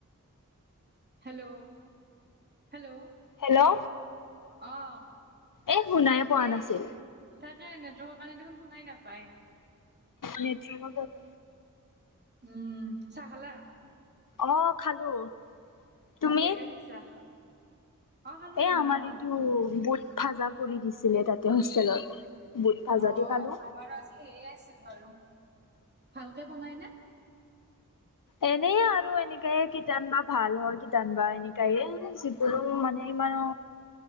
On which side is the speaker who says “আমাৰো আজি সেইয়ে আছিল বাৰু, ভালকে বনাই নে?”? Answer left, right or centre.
Right